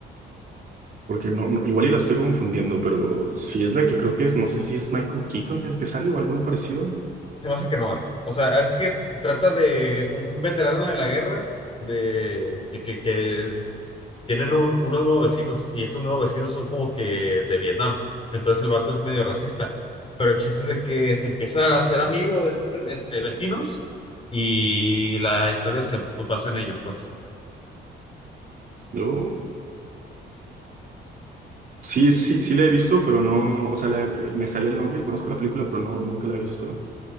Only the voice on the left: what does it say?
Se me hace que no, eh. O sea, es que trata de un veterano de la guerra de, que, que, que Tienen un- unos nuevos vecinos y esos nuevos vecinos son como que de Vietnam. Entonces el vato es medio racista. Pero el chiste es de que se empieza a hacer amigo de estos este, vecinos y la historia se pues, basa en ello, pues.